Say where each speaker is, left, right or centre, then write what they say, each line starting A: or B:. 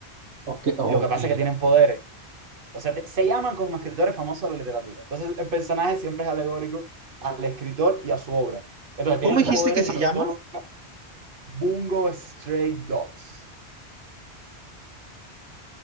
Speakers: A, on the right; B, on the right.
A: Ok, ok.
B: Lo que pasa es que tienen poderes. O sea, te- se llaman como escritores famosos de la literatura. Entonces, el personaje siempre es alegórico al escritor y a su obra. Entonces,
A: ¿Cómo
B: tienen
A: dijiste
B: poderes
A: que se
B: y lo-
A: llama?
B: todos los... ca- Bungo Stray Dogs.